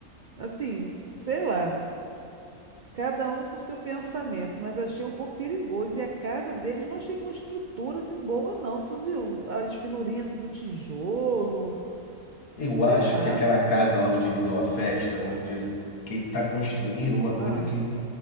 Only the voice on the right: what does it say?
Assim, sei lá, cada um com o seu pensamento, mas achei um pouco perigoso. E a casa deles não achei com uma estrutura assim boa, não. Tu viu? As finurinhas assim do tijolo,
sei
lá.
Ah.